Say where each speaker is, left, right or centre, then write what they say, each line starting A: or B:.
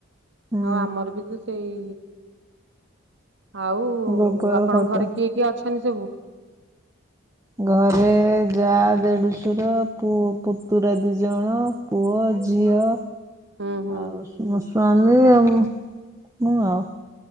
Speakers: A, on the right (about 15°); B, on the right (about 65°).
A: ହୁଁ
B: ହଁ ଆମର ବି ସେଇ ଆଉ
A: ଗୋବର
B: ଆପଣଙ୍କ
A: ଖତ
B: ଘରେ କିଏ କିଏ ଅଛନ୍ତି ସବୁ?
A: ଘରେ ଯା ଦେଢଶୁର ପୁଅ ପୁତୁରା ଦି ଜଣ ପୁଅ ଝିଅ
B: ହୁଁ ହୁଁ।
A: ଆଉ ମୋ ସ୍ୱାମୀ ଆଉ ମୁୁ ଆଉ